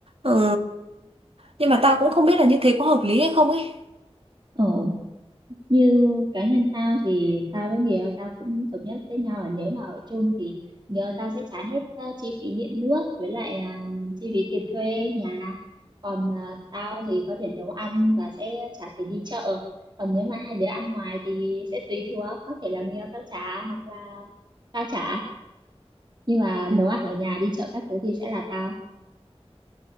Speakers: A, on the right (about 60°); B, on the right (about 45°).
A: Ờ, nhưng mà tao cũng không biết là như thế có hợp lý hay không ấy
B: Ờ. như cá nhân tao thì tao với người yêu tao cũng thống nhất với nhau là nếu mà ở chung thì người yêu tao sẽ trả hết ờ, chi phí điện nước với lại ờ, chi phí tiền thuê nhà còn ờ, tao thì có thể nấu ăn và sẽ trả tiền đi chợ còn nếu mà hai đứa ăn ngoài thì sẽ tùy thuộc có thể là người yêu tao trả hoặc là tao trả nhưng mà
A: Ừ.
B: nấu ăn ở nhà đi chợ các thứ thì sẽ là tao